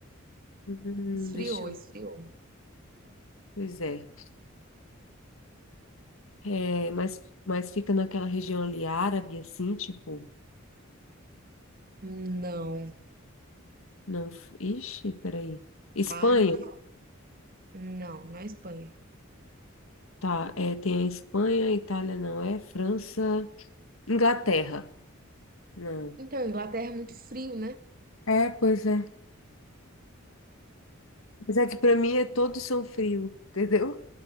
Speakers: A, on the left; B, on the right.
A: Hum,
B: Esfriou,
A: deixa eu.
B: esfriou.
A: Pois é. É, mas, mas fica naquela região ali árabe, assim, tipo,
B: Não.
A: não, ixi, peraí. Espanha,
B: Árabe? Não, não é Espanha.
A: tá, é, tem a Espanha, Itália não é, França, Inglaterra, não.
B: Então, Inglaterra é muito frio, né?
A: É, pois é. Mas é que para mim é todos são frio, entendeu?